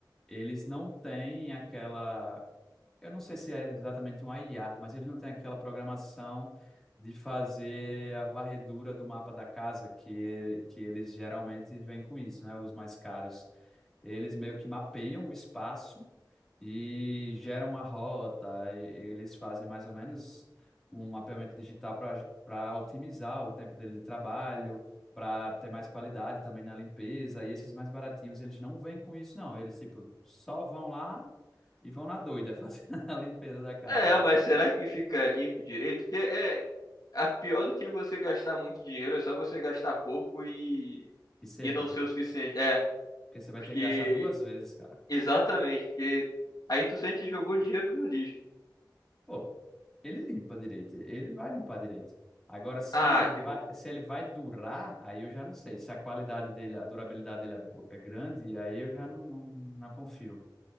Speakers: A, in the centre; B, on the left (about 55°).
A: eles não têm aquela. Eu não sei se é exatamente um IA, mas eles não têm aquela programação de fazer a varredura do mapa da casa, que, que eles geralmente vêm com isso, né? Os mais caros. Eles meio que mapeiam o espaço e geram uma rota, e eles fazem mais ou menos um mapeamento digital para para otimizar o tempo dele de trabalho, para ter mais qualidade também na limpeza, e esses mais baratinhos, eles não vêm com isso, não. Eles, tipo, só vão lá e vão na doida <laughs> fazer a limpeza da casa
B: É,
A: lá.
B: mas será que fica limpo direito? Porque é. A pior do que você gastar muito dinheiro é só você gastar pouco e,
A: Isso é
B: e
A: ruim,
B: não ser o suficiente. É,
A: porque você
B: porque.
A: vai ter que gastar duas vezes, cara.
B: Exatamente, porque aí tu sente que jogou dinheiro no lixo.
A: Pô, ele limpa direito, ele vai limpar direito. Agora, se
B: Ah,
A: ele vai,
B: que bom.
A: se ele vai durar, aí eu já não sei. Se a qualidade dele, a durabilidade dele é, bo- é grande, aí eu já não, não, não confio.